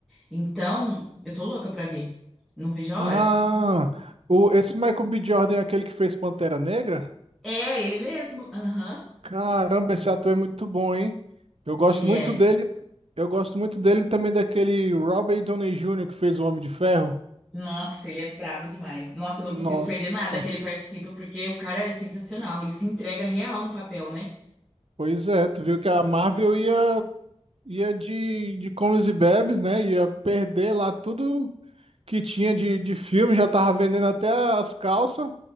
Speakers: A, in the centre; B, on the right (about 60°).
A: Então, eu tô louca pra ver. Não vejo a
B: Ah,
A: hora.
B: o, esse Michael B. Jordan é aquele que fez Pantera Negra?
A: É, ele mesmo. Aham.
B: Caramba, esse ator é muito bom, hein? Eu gosto
A: Ele
B: muito
A: é.
B: dele. Eu gosto muito dele também daquele Robert Downey Jr. que fez o Homem de Ferro.
A: Nossa, ele é brabo demais. Nossa, eu não
B: Nossa,
A: consigo perder nada que ele participa, porque o cara é sensacional. Ele se entrega real no papel, né?
B: pois é, tu viu que a Marvel ia ia de, de comes e bebes, né? Ia perder lá tudo que tinha de, de filme, já tava vendendo até as calças.